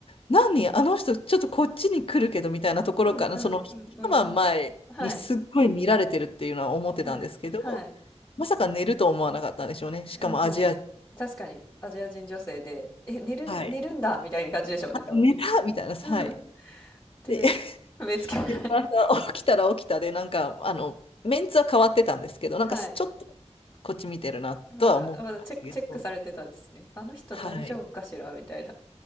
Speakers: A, on the left; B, on the left.
A: 何あの人、ちょっとこっちに来るけどみたいなところから、
B: うんうんうんうん。
A: その一晩前にすっごい見られてるっていうのは思ってたんですけど、
B: はい。はい。はい。
A: まさか寝ると思わなかったんでしょうね。しかもアジア人。
B: え、向こうもね、確かにアジア人女性で、え、寝るん寝るんだみたいな感じでしょうね、
A: はい。あ、
B: 多分。
A: 寝たみたいな、はい。
B: うんうん。で、
A: で、<laughs>
B: 目つけられ
A: 夕方起きたら起きたで、なんか、あの、メンツは変わってたんですけど、
B: はい。
A: なんかちょっとこっち見てるなとは思ってましたけど、
B: まだ、まだチェック、チェックされてたんですね。あの人大丈夫かしらみたいな。
A: はい。